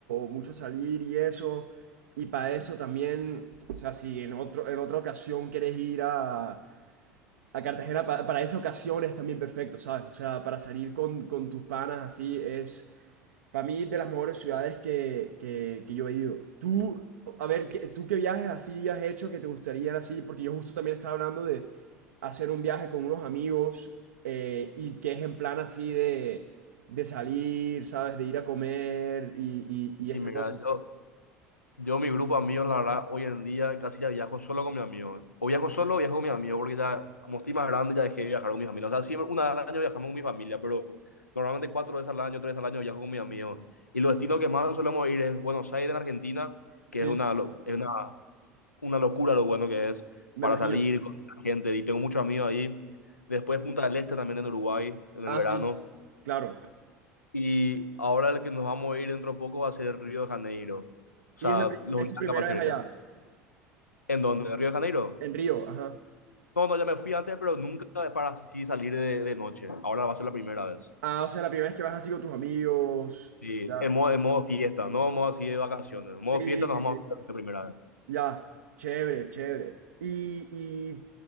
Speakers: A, on the right; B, on the left.
A: mucho salir y eso. Y para eso también, o sea, si en otro, en otra ocasión quieres ir a, a Cartagena, pa- para esa ocasión es también perfecto, ¿sabes? O sea, para salir con, con tus panas así es para mí, de las mejores ciudades que, que- que yo he ido. Tú, a ver, ¿qué- ¿tú qué viajes así has hecho que te gustarían así? Porque yo justo también estaba hablando de hacer un viaje con unos amigos eh, y que es en plan así de, de salir, ¿sabes? De ir a comer y, y, y
B: Y
A: esta
B: mira,
A: cosa.
B: yo, Yo, mi grupo de amigos, la verdad, hoy en día casi ya viajo solo con mis amigos. O viajo solo o viajo con mis amigos, porque ya, como estoy más grande, ya dejé de viajar con mis amigos. O sea, siempre una vez al año viajamos con mi familia, pero normalmente cuatro veces al año, tres veces al año viajo con mis amigos. Y los destinos que más solemos ir es Buenos Aires, en Argentina, que
A: Sí,
B: es una, lo- es una, una locura lo bueno que es
A: me
B: para
A: imagino.
B: salir con la gente. Y tengo muchos amigos ahí. Después Punta del Este también en Uruguay, en el
A: Ah,
B: verano.
A: sí, claro.
B: Y ahora el que nos vamos a ir dentro de poco va a ser Río de Janeiro. O
A: Y
B: sea,
A: es, la pri-
B: los
A: es
B: viajes
A: tu primera
B: más
A: vez
B: cerca.
A: allá,
B: ¿En dónde? ¿En Río de Janeiro?
A: en Río, ajá.
B: No, no, ya me fui antes, pero nunca para así salir de, de noche. Ahora va a ser la primera vez.
A: Ah, o sea, la primera vez que vas así con tus amigos.
B: Sí,
A: Ya.
B: en modo, en modo fiesta, no en modo así de vacaciones. En modo
A: Sí,
B: fiesta nos
A: sí,
B: vamos
A: sí.
B: a juntar la primera vez.
A: Ya, chévere, chévere. Y,